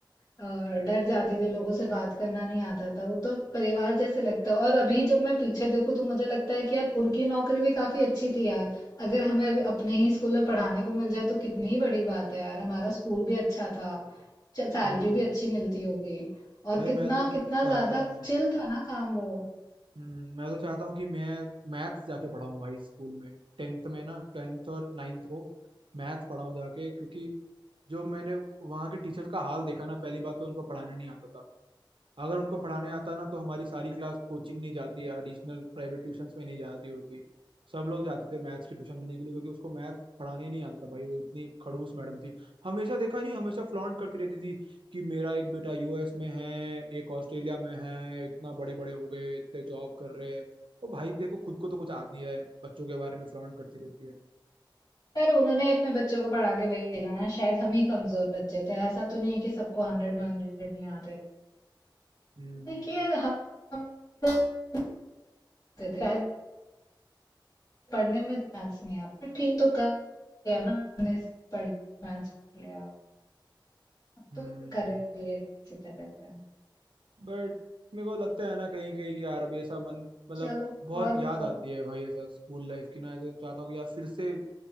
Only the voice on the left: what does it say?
अ, डर जाती थी लोगों से बात करना नहीं आता था वो तो परिवार जैसे लगता है और अभी जब मैं पीछे देखूं तो मुझे लगता है कि यार उनकी नौकरी भी काफी अच्छी थी यार अगर हमें अभी अपने ही स्कूल में पढ़ाने को मिल जाए तो कितनी ही बड़ी बात है यार हमारा स्कूल भी अच्छा था सैलरी
भी अच्छी मिलती होगी और
कितना
कितना
ज्यादा
चिल था ना काम वो
पर उन्होंने ही अपने बच्चों को पढ़ा के भेजा ना शायद हम ही कमजोर बच्चे थे ऐसा तो नहीं है कि सबको हंड्रेड में हंड्रेड नहीं आते
देखिए यार हम आते थे शायद पढ़ने में मैथ्स नहीं आता ठीक तो कर लिया ना हमने पढ़ मैथ्स पढ़ लिया अब
तो कर लिया किसी तरह से
चलो
और
बताओ